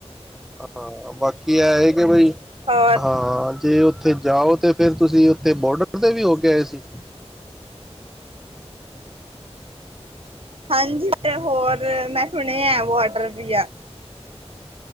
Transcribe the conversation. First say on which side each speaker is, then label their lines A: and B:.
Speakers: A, in the centre; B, on the right.
A: ਹਾਂ, ਬਾਕੀ ਇਹ-ਇਹ ਕਿ ਬਈ
B: ਹੋਰ
A: ਹਾਂ, ਜੇ ਉਥੇ ਉੱਥੇ ਜਾਓ ਤੇ ਫਿਰ ਤੁਸੀਂ ਉੱਥੇ ਬੋਡਰ ਤੇ ਵੀ ਹੋ ਕੇ ਆਏ ਸੀ
B: ਹਾਂਜੀ ਤੇ ਹੋਰ ਮੈਂ ਸੁਣ ਆ ਵਡ ਵੀਆ